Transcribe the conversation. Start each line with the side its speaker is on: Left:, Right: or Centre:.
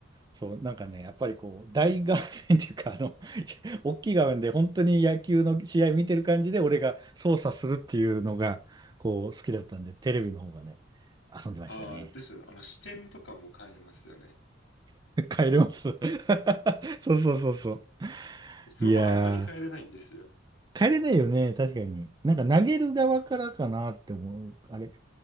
Right: そう、なんかね、やっぱりこう、大画面っていうか、あの、<laughs> 大きい画面で本当に野球の試合見てる感じで、俺が操作するっていうのが、こう、好きだったんで、テレビの方がね、遊んでましたね。
Left: ああ、ですね。あの、視点とかも変えれますよね。
Right: <laughs> 帰れます。<laughs> そうそうそうそう。
Left: スマホあんまり変えれないんですよ。
Right: いやー、帰れないよね、確かに。なんか投げる側からかなって思う。あれ、